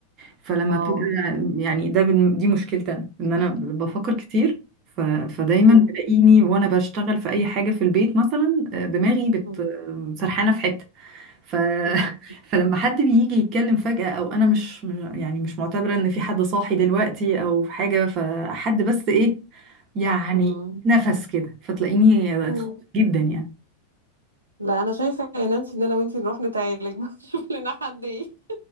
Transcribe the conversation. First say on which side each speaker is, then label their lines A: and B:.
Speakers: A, on the right (about 35°); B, on the right (about 80°).
A: فلما
B: آه،
A: بتبقى يعني ده بن- دي مشكلتي انا ان انا بفكر كتير ف... فدايما
B: إمم،
A: تلاقيني وانا بشتغل في اي حاجه في البيت مثلا آه، دماغي بت
B: إمم،
A: سرحانه في حته ف...
B: إمم،
A: <laughs> فلما حد بيجي يتكلم فجأة او انا مش يعني مش معتبرة ان في حد صاحي دلوقتي او في حاجة فحد بس ايه يعني
B: إمم،
A: نفس كده فتلاقيني
B: إمم.
A: اتخضيت جدا يعني
B: لأ أنا شايفة يا نانسي إن أنا وأنتِ نروح نتعالج بقى <laughs> نشوف لنا حد ي